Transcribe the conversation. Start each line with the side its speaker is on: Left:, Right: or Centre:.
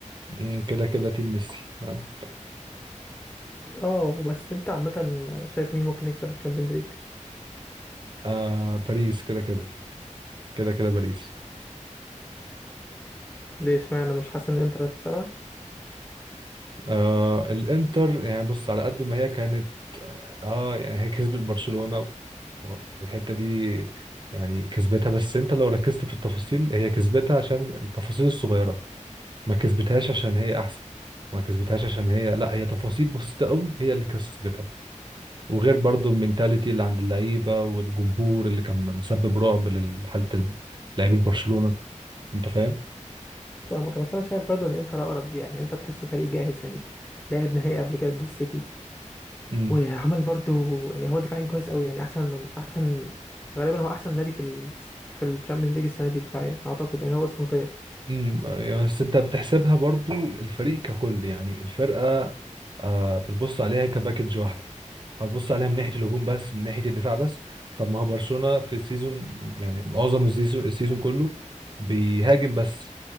Right: مم، كده كده تيم ميسي آه.
Left: اه بس انت عامه شايف مين ممكن يكسب الشامبيونز ليج
Right: آه باريس كده كده كده كده باريس
Left: ليه اشمعنى مش حاسس ان انتر هتكسبها
Right: آه الانتر يعني بص على قد ما هي كانت اه آه، يعني هي كسبت برشلونة و- والحتة دي يعني كسبتها بس انت لو ركزت في التفاصيل هي كسبتها عشان التفاصيل الصغيرة ما كسبتهاش عشان هي احسن ما كسبتهاش عشان هي لا هي تفاصيل بسيطه قوي هي اللي كسبتها وغير برضو المينتاليتي اللي عند اللعيبه والجمهور اللي كان مسبب رعب لحاله لاعبي برشلونه انت فاهم
Left: فاهمك بس انا شايف برضه ان انتر اقرب ليه يعني انت تحسه فريق جاهز يعني لعب نهائي قبل كده ضد السيتي
Right: امم
Left: وعمل برضه يعني هو دفاعيا كويس قوي يعني احسن من احسن غالبا هو احسن نادي في ال في الشامبيونز ليج السنه دي دفاعيا اعتقد يعني هو اصلا فيا
Right: امم بس انت بتحسبها برضو الفريق ككل يعني الفرقه آه بتبص عليها كباكج واحده هتبص عليها من ناحيه الهجوم بس من ناحيه الدفاع بس طب ما هو برشلونه في السيزون يعني معظم السيزون السيزون كله بيهاجم بس